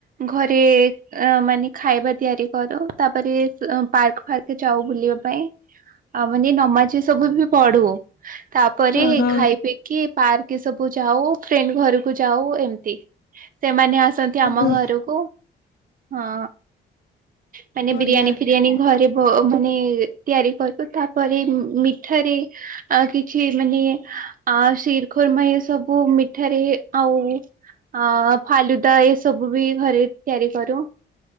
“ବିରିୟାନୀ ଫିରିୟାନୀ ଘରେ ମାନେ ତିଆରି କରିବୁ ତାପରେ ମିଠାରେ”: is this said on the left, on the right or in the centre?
Right